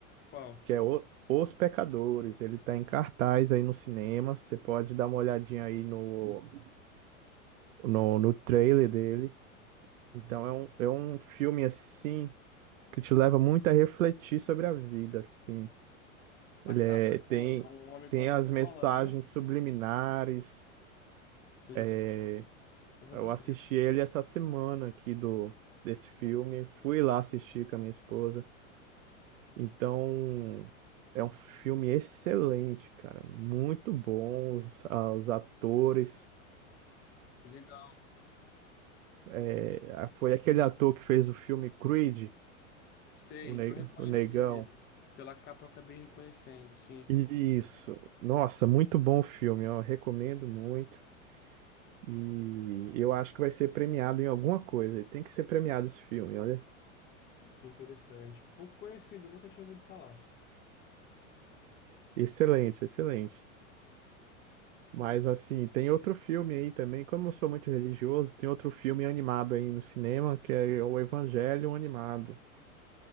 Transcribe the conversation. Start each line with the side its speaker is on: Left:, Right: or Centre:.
Left: Qual?
Right: que é O- Os Pecadores. Ele tá em cartaz aí no cinema. Você pode dar uma olhadinha aí no, no, no trailer dele. Então é um, é um filme assim. que te leva muito a refletir sobre a vida, assim.
Left: A
Right: Ele
Left: capa
Right: é- tem,
Left: é um, é um homem
Right: tem
Left: com uma
Right: as
Left: pistola
Right: mensagens
Left: na mão?
Right: subliminares.
Left: Você já assistiu?
Right: É,
Left: Eu vou
Right: Eu
Left: ver o
Right: assisti
Left: trailer.
Right: ele essa semana aqui do desse filme, fui lá assistir com a minha esposa. Então, é um filme excelente, cara, muito bom os, ah, os atores.
Left: Que legal.
Right: É, ah, foi aquele ator que fez o filme Creed,
Left: Sei,
Right: o, ne
Left: eu reconheci
Right: o Negão.
Left: ele. Pela capa eu acabei reconhecendo, sim.
Right: Isso. Nossa, muito bom o filme, eu recomendo muito. E eu acho que vai ser premiado em alguma coisa. Tem que ser premiado esse filme, olha.
Left: Que interessante. Pouco conhecido, nunca tinha ouvido falar.
Right: Excelente, excelente. Mas assim, tem outro filme aí também, como eu sou muito religioso, tem outro filme animado aí no cinema, que é o Evangelho Animado.